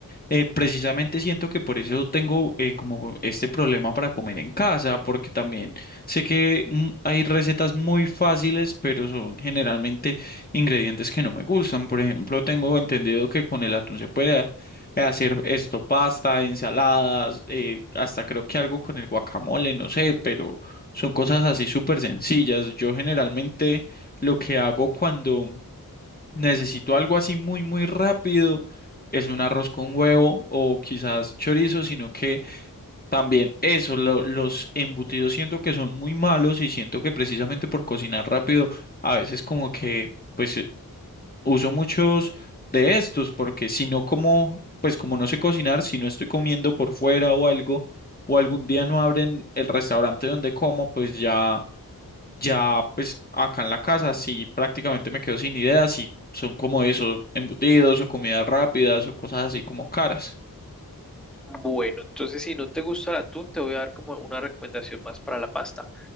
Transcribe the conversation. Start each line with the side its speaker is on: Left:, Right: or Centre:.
Left: eh, precisamente siento que por eso tengo eh, como este problema para comer en casa, porque también sé que mm, hay recetas muy fáciles, pero son generalmente ingredientes que no me gustan. Por ejemplo, tengo entendido que con el atún se puede hacer esto, pasta, ensaladas, eh, hasta creo que algo con el guacamole, no sé, pero son cosas así súper sencillas. Yo generalmente lo que hago cuando necesito algo así muy, muy rápido, es un arroz con huevo o quizás chorizo, sino que también eso, lo- los embutidos siento que son muy malos y siento que precisamente por cocinar rápido, a veces como que pues eh, uso muchos de estos, porque si no como, pues como no sé cocinar, si no estoy comiendo por fuera o algo, o algún día no abren el restaurante donde como, pues ya. Ya, pues acá en la casa sí prácticamente me quedo sin ideas y son como eso, embutidos o comidas rápidas o cosas así como caras.
Centre: Bueno, entonces si no te gusta el atún, te voy a dar como una recomendación más para la pasta.